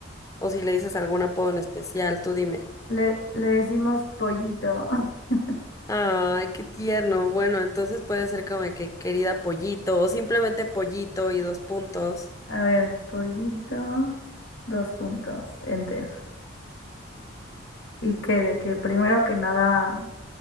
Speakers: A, on the left; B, on the left.
A: o si le dices algún apodo en especial, tú dime.
B: Le, le decimos pollito. <laughs>
A: Ay, qué tierno. Bueno, entonces puede ser como de que querida pollito o simplemente pollito y dos puntos.
B: A ver, pollito, dos puntos, enter. Y que de que primero que nada,